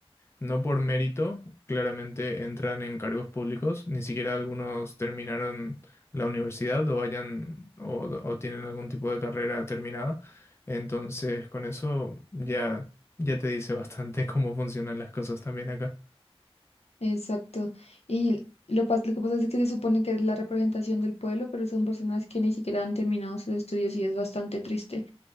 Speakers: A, on the left; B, on the left.
A: no por mérito claramente entran en cargos públicos, ni siquiera algunos terminaron la universidad o hayan o, o tienen algún tipo de carrera terminada. Entonces, con eso ya, ya te dice bastante <laughs> cómo funcionan las cosas también acá.
B: Exacto. Y lo, pas- lo que pasa es que se supone que es la representación del pueblo, pero son personas que ni siquiera han terminado sus estudios y es bastante triste.